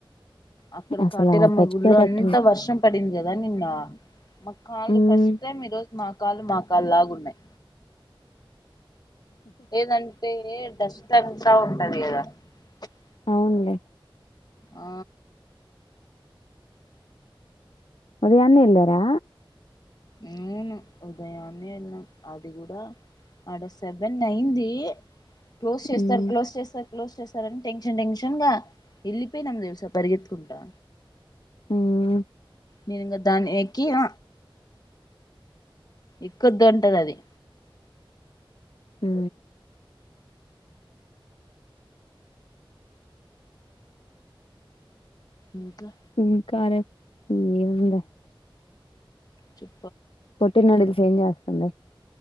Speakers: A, on the left; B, on the left.
A: అక్కడ
B: అసలు
A: కాటేరమ్మ
B: చచ్చిపోయేటట్టుంది
A: గుళ్లో అంత వర్షం పడింది కదా నిన్న మోకాళ్లు
B: ఉమ్
A: ఫస్ట్ టైం ఈరోజు మా కాళ్ళు మా కాలులాగా ఉన్నాయి ఏదంటంట ఏడస్ అంతా ఉంటది కదా <unintelligible>
B: అవునులే
A: ఆ
B: ఉదయాన్నే వెళ్ళారా
A: అవును ఉదయాన్నే వెళ్లి అది కూడా ఆడ సెవెన్ అయింది క్లోజ్ చేస్తారు
B: ఉమ్
A: క్లోజ్ చేస్తారు క్లోజ్ చేస్తారని టెన్షన్ టెన్షన్ గా వెళ్ళిపోయినమ్ తెలుసా పరిగెత్తుకుంటా
B: హుం
A: నేను ఇంకా దాని ఎక్కిన ఎక్కొద్ధంటది అది
B: హు
A: మీకా <inaudible>
B: ఇకారే నంద <unintelligible>
A: చె <unintelligible>
B: పొట్టి నడుగు ఎం జేత అందే <unintelligible>